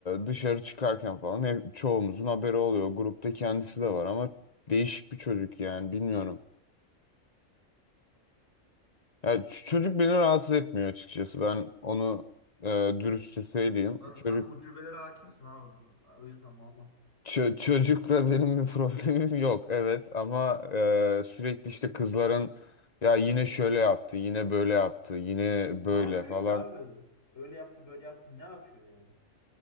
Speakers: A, on the left; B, on the left.
A: dışarı çıkarken falan hep çoğumuzun haberi oluyor. Grupta kendisi de var ama değişik bir çocuk yani bilmiyorum. Ya ç- çocuk beni rahatsız etmiyor açıkçası. Ben onu e, dürüstçe söyleyeyim.
B: Sen,
A: Çocuk
B: sen ucubelere hakimsin abi. O yüzden normal.
A: ço- çocukla <laughs> benim bir problemim yok. Evet ama e, sürekli işte kızların ya yine şöyle yaptı, yine böyle yaptı, yine böyle
B: Ne yapıyor
A: falan.
B: ki abi? Öyle yaptı böyle yaptı ne yapıyor yani?